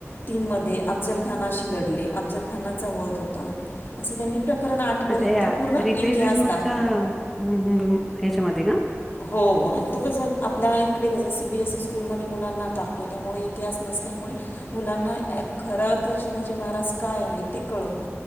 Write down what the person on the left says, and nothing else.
तीनमध्ये अफजल खानाशी लढले, अफजल खानाचा वध होता. असं त्यांनी प्रकरण आठपर्यंत
पूर्ण
इतिहास
दाखवला
हो हो आणि तो कस, आपल्या इकडे कस, C B S E school मुलांना टाकतो त्यामुळे इतिहास असल्यामुळे, मुलांना खर तर शिवाजी महाराज काय आहेत ते कळत